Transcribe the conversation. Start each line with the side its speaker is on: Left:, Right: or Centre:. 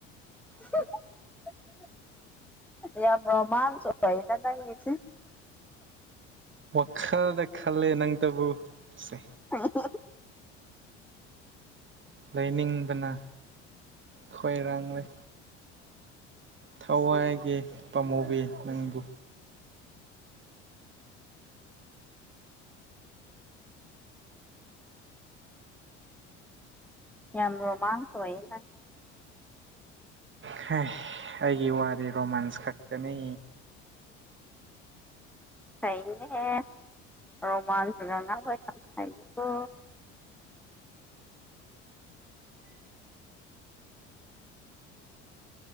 Centre: <unintelligible> ꯌꯥꯝ ꯔꯣꯃꯁ ꯑꯣꯏꯗ ꯅꯪꯒꯤꯁꯤ
Right: ꯋꯥꯈꯜꯗ ꯈꯜꯂꯦ ꯅꯪꯇꯕꯨ ꯁꯦ
Centre: <unintelligible>
Right: ꯂꯩꯅꯤꯡꯕꯅ ꯈꯣꯏꯔꯥꯡꯔꯦ ꯊꯋꯥꯏꯒꯤ ꯄꯥꯝꯃꯨꯕꯤ ꯅꯪꯕꯨ
Centre: ꯌꯥꯝ ꯔꯣꯃꯥꯟꯁ ꯑꯣꯏꯌꯦ
Right: ꯍꯥ ꯑꯩꯒꯤ ꯋꯥꯗꯤ ꯔꯣꯃꯥꯟꯁ ꯈꯛꯇꯅꯤ
Centre: ꯍꯩꯕꯅꯤꯍꯦ ꯔꯣꯃꯥꯟꯁ <unintelligible> ꯍꯩꯀꯣ